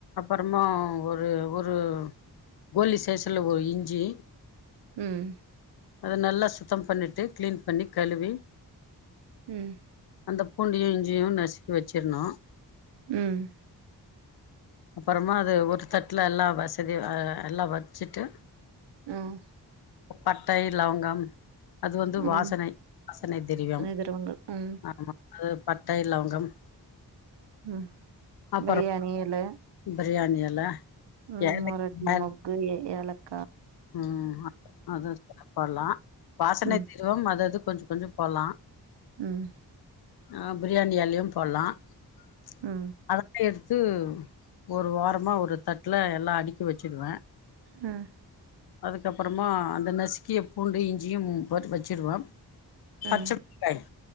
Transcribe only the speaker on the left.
அப்புறமா ஒரு ஒரு கோலி சைஷ்ல ஒரு இஞ்சி
அத நல்லா சுத்தம் பண்ணிட்டு க்ளீன் பண்ணி கழுவி
அந்த பூண்டயு இஞ்சியு நசுக்கி வச்சிருனு
அப்புறமா அது ஒரு தட்டுல எல்லா வசதி அ எல்லா வச்சுட்டு
பட்டை லவங்கம் அது வந்து வாசனை
வாசனை திரவியவம்
ஆமா அது பட்டை லவங்கம்
அப்பறோ
பிரியாணி எல
ஏலக்காய்
ம் அதுவு சாப்பல்லா வாசனை
தீரவம் அது அது கொஞ்சோ கொஞ்சோ போலா
ஆ பிரியாணி எலயும் போல்லா <inaudible>
து ஒரு வாரமா ஒரு தட்ல எல்லா அடுக்கி வெச்சுருவ
அதுக்கப்புறமா அந்த நசுக்கிய பூண்டு இஞ்சியும் போட்டு வெச்சுருவ பச்சப்
பயிர்